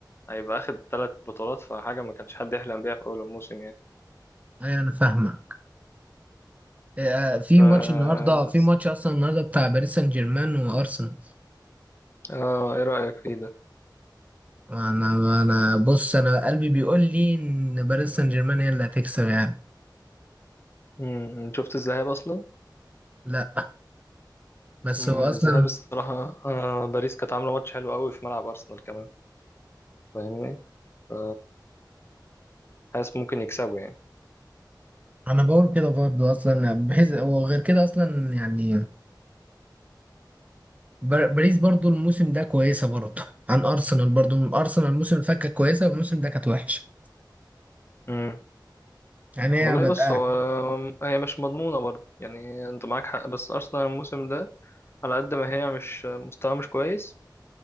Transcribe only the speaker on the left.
هيبقى اخد ثلاث بطولات فحاجة ما كانش حد يحلم بيها في أول الموسم يعني
فاهمني
فبس
اه ايه رأيك فيه ده؟
مم. شفت الذهاب أصلا؟
مم.
الذهاب الصراحة آه باريس كانت عاملة ماتش حلو قوي في ملعب أرسنال كمان فاهمني؟ ف- حاسس ممكن يكسبوا يعني
مم.
والله
بص هو هي مش مضمونة برضه يعني انت معاك حق بس أرسنال الموسم ده على قد ما هي مش مستوى مش كويس